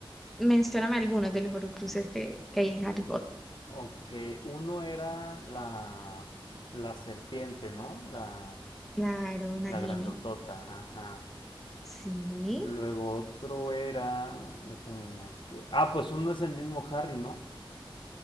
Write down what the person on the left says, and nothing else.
Ok, uno era la, la serpiente, ¿no? La,
la grandotota, ajá.
Luego otro era, déjame me acuerdo. Ah, pues uno es el mismo Harry, ¿no?